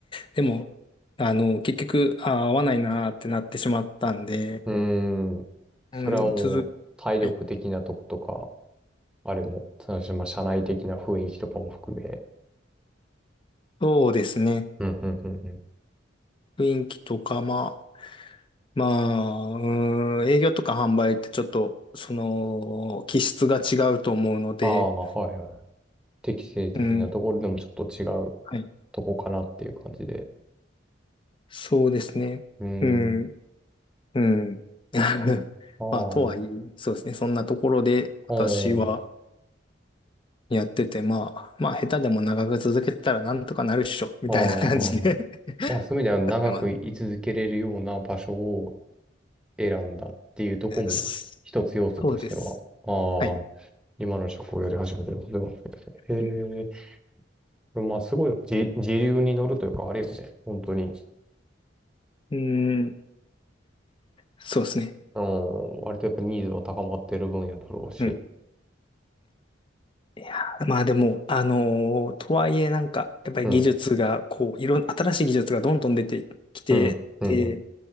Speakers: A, on the left (about 25°); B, in the centre.
A: でも、あの、結局、あー、合わないなーってなってしまったんで、
B: うーん。それはもう体力的なとことか、
A: うん、続、はい。
B: あれも、そのまあ社内的な雰囲気とかも含め。
A: そうですね。
B: うん、うん、うん、うん。
A: 雰囲気とか、まあ、まあ、うん、営業とか販売ってちょっと、その、気質が違うと思うので、
B: ああ、はいはい。適性的なところでもちょっと違う
A: うん、はい。
B: とこかなっていう感じで。
A: そうですね。
B: うん。
A: うん。うん。<laughs>
B: ああ、
A: まあ、とはいえ、そうですね。そんなところで私は
B: あ
A: やってて、まあ、まあ、下手でも長く続けたらなんとかなるっしょ、みたいな感じで
B: あ、ああ。
A: <laughs>
B: まあ、そういう意味では長く居続けれるような場所を
A: やってま
B: 選んだっていうとこも一つ要素としては、
A: す。そうです。
B: ああ、
A: はい。
B: 今の職をやり始めたよ、それは。へ
A: うん、
B: え、まあ、すごい、じ、時流に乗るというか、あれよね。本当に、
A: うーんそうですね。
B: うん、割とやっぱニーズは高まってる分野だろうし。
A: うん。いやー、まあでも、あのーとはいえなんか、やっぱり技術が、
B: うん、
A: こう、いろん、新しい技術がどんどん出てきてて、
B: うん、うん、